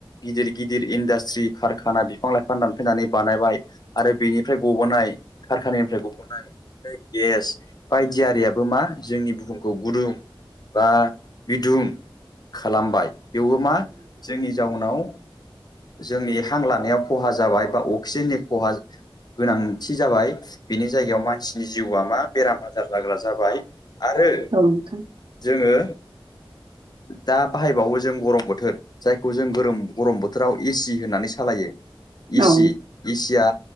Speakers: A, on the left; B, on the right.
A: गिदिर गिदिर इन्डास्ट्रि कारखाना बिफां-लाइफां दानफैनानै बानायबाय आरो बेनिफ्राय गब'नाय कारखानिफ्राय गब'नाय गेस बायदि आरियाबो मा जोंनि बुहुमखौ गुदुं बा बिदुं खालामबाय बेवबो मा जोंनि जाउनाव जोंनि हां लानायाव ख'हा जाबाय बा अक्सिजेननि ख'हा गोनांथि जाबाय बिनि जायगायाव मानसिनि जिउआ मा बेराम आजार जाग्रा जाबाय आरो
B: औ नोंथां औ नोंथां औ नोंथां औ नोंथां
A: जोङो दा बाहायबावो जों गरम बोथोर जायखौ जों गरम गरम बोथोर बोथोराव एसि होननानै सालायो
B: औ
A: एसि एसिया